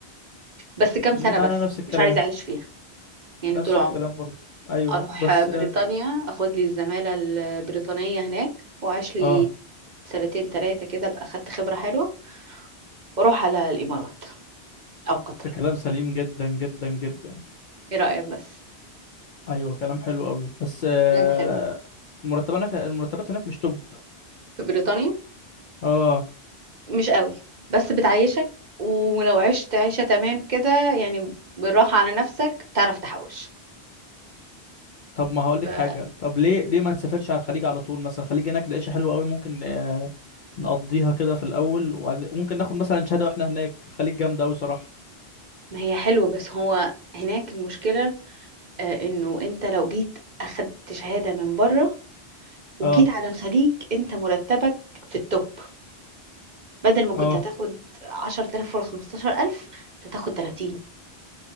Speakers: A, on the right (about 50°); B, on the left (about 55°).
A: <laughs> بس كام
B: مم،
A: سنه بس
B: انا نفس الكلام
A: مش عايزه اعيش فيها يعني
B: نفس
A: طول عمري
B: الكلام برضه ايوه
A: اروح
B: بس
A: بريطانيا اخد لي الزماله البريطانيه هناك واعيش لي
B: اه
A: سنتين ثلاثه كده ابقى اخدت خبره حلوه واروح على الامارات او قطر
B: ده كلام سليم جدا جدا جدا
A: ايه رايك بس
B: ايوه كلام حلو قوي بس آه
A: بلاد حلوة
B: المرتبات هناك المرتبات هناك مش توب
A: في بريطانيا
B: اه
A: مش قوي بس بتعيشك ولو عشت عيشة تمام كده يعني بالراحة على نفسك تعرف تحوش
B: طب ما هقول
A: فما
B: لك حاجه طب ليه ليه ما نسافرش على الخليج على طول مثلا الخليج هناك العيشه حلوه قوي ممكن آه، نقضيها كده في الاول وبعد ممكن ناخد مثلا شهاده واحنا هناك الخليج جامده قوي صراحه
A: هي حلوة بس هو هناك المشكلة آه، انه انت لو جيت اخدت شهادة من بره وجيت
B: اه
A: على الخليج انت مرتبك في التوب بدل ما
B: اه
A: كنت هتاخد 10000 ولا 15000 انت هتاخد 30